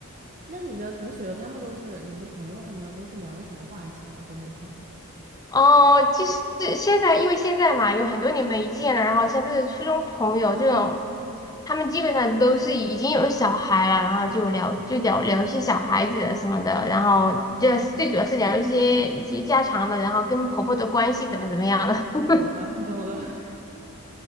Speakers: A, on the right; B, on the left.
A: 那你的同学他们都是你的朋友，他们都是聊的什么话题啊？国内的朋友。
B: 哦，就是现在，因为现在嘛，有很多年没见了，然后像这个初中朋友这种，他们基本上都是已经有小孩了，然后就聊就聊聊一些小孩子什么的，然后这最主要是聊一些一些家常的，然后跟婆婆的关系怎么怎么样的，<laughs>
A: 懂了，<laughs> 懂了。<laughs>